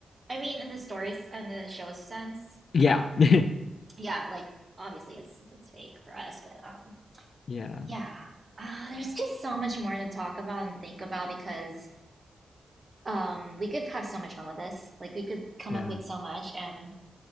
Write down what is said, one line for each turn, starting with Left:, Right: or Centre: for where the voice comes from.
Right: I mean, in the stories and the show's sense,
Left: Yeah.
Right: um,
Left: <laughs>
Right: yeah, like obviously it's it's fake for us, but um,
Left: Yeah.
Right: yeah. Uh, there's just so much more to talk about and think about because um, we could have so much fun with this. Like we could come
Left: Yeah.
Right: up with so much, and